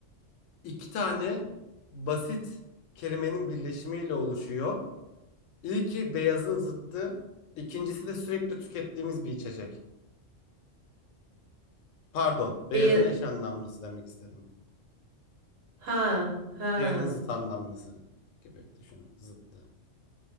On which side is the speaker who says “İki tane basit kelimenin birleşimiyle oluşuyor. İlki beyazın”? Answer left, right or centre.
Left